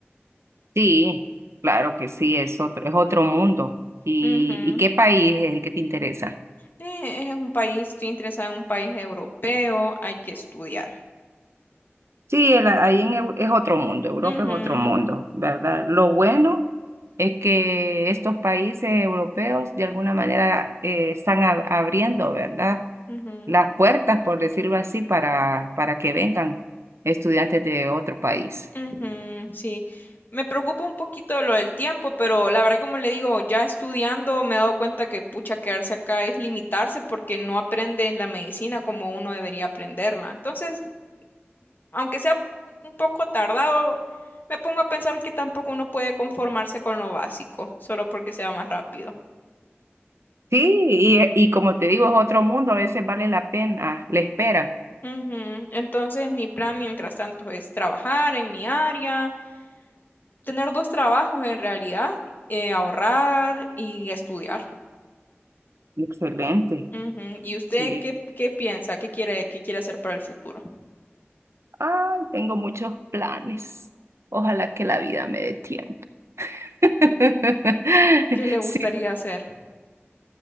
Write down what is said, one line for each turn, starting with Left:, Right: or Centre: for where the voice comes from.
Right: Sí, claro que sí, es otro, es otro mundo. ¿Y,
Left: Ujú.
Right: y qué país es el que te interesa?
Left: Eh, es un país, estoy interesada en un país europeo, hay que estudiar.
Right: Sí, el- ahí en, Eu- es otro mundo, Europa
Left: Ujú,
Right: es otro mundo, ¿verdad? Lo bueno es que estos países europeos de alguna manera eh, están ab- abriendo, ¿verdad?
Left: ujú,
Right: las puertas, por decirlo así, para, para que vengan estudiantes de otro país.
Left: ujú, sí, me preocupa un poquito lo del tiempo, pero la verdad, como le digo, ya estudiando me he dado cuenta que pucha, quedarse acá es limitarse porque no aprende la medicina como uno debería aprenderla. Entonces, aunque sea un un poco tardado, me pongo a pensar que tampoco uno puede conformarse con lo básico, solo porque sea más rápido.
Right: Sí, y, y como te digo, es otro mundo, a veces vale la pena la espera.
Left: Ujú. Entonces, mi plan mientras tanto es trabajar en mi área, tener dos trabajos en realidad, eh, ahorrar y estudiar.
Right: Excelente,
Left: Ujú. ¿Y usted
Right: sí.
Left: qué, qué piensa? ¿Qué quiere, qué quiere hacer para el futuro?
Right: Ay, tengo muchos planes. Ojalá que la vida me dé tiempo. <laughs>
Left: ¿Qué le gustaría
Right: Sí.
Left: hacer?